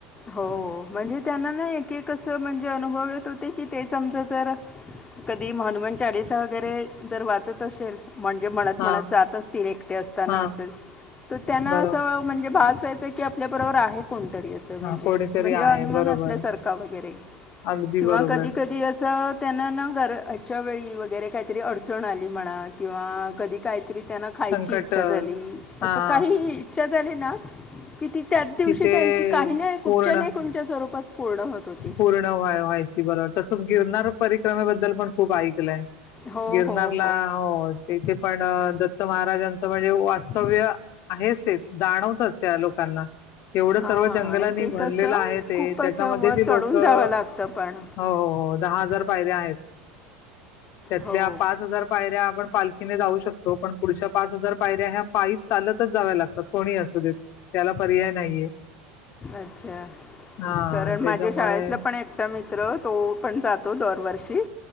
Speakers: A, on the left; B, on the left.
A: हो म्हणजे त्यांना ना एक एक असं म्हणजे अनुभव येत होते की तेच आमच ज कधी हनुमान चालीसा वगैरे जर वाचत असेल. म्हणजे म्हणत म्हणत
B: हां,
A: जात असतील एकटे असताना
B: हां.
A: असे तर त्यांना
B: बरोबर.
A: अस म्हणजे भास व्हायचा की, आपल्याबरोबर आहे कोणतरी अस. म्हणजे
B: हां, कोणीतरी
A: म्हणजे अनुमान
B: आहे. बरोबर.
A: असल्यासारखा वगैरे
B: अगदी
A: किंवा
B: बरोबर.
A: कधी कधी अस त्यांना ना घरा ह्याच्या वेळी वगैरे काहीतरी अडचण आली म्हणा किंवा कधी काहीतरी त्यांना खायची
B: संकट
A: इच्छा
B: अ,
A: झाली असं
B: हां,
A: काहीही इच्छा झाली ना की, ती त्याच दिवशी
B: की ते
A: त्यांची काही नाही कुठच्या
B: पूर्ण
A: नाही कुठच्या स्वरूपात पूर्ण होत होती.
B: पूर्ण व्हा व्हायची बरोबर. तसंच गिरणार परिक्रमेबद्दल पण खूप ऐकलंय.
A: हो
B: गिरनारला
A: हो
B: हो तेथे पण दत्त महाराजांचं म्हणजे वास्तव्य आहेच ते जाणवतच त्या लोकांना एवढं
A: हां
B: सर्व जंगलांनी
A: आणि ते
B: भरलेलं
A: कसं
B: आहे ते.
A: खूप
B: त्याच्यामध्ये
A: वर
B: ती
A: चढून
B: लोकं
A: जावं लागतं पण.
B: हो हो दहा हजार पायऱ्या आहेत. त्यातल्या
A: हो
B: पाच हजार पायऱ्या आपण पालखीने जाऊ शकतो. पण पुढच्या पाच हजार पायऱ्या ह्या पाई चालतच जाव्या लागतात कोणी असू दे. त्याला पर्याय नाहीये.
A: अच्छा.
B: हां,
A: कारण माझ्या
B: त्याच्यामुळे
A: शाळेतलं पण एक मित्र तो पण जातो दरवर्षी